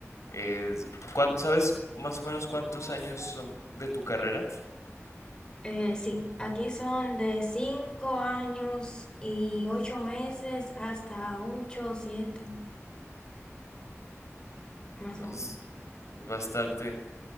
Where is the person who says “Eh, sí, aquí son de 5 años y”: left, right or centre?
Left